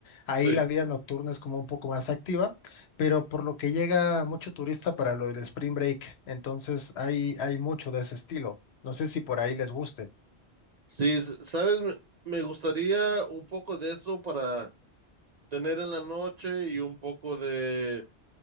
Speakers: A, on the left (about 70°); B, on the right (about 50°).
A: ahí
B: Sí.
A: la vida nocturna es como un poco más activa, pero por lo que llega mucho turista para lo del Spring Break, entonces hay, hay mucho de ese estilo. No sé si por ahí les guste.
B: Sí, s- ¿sabes? Me me gustaría un poco de eso para tener en la noche y un poco de,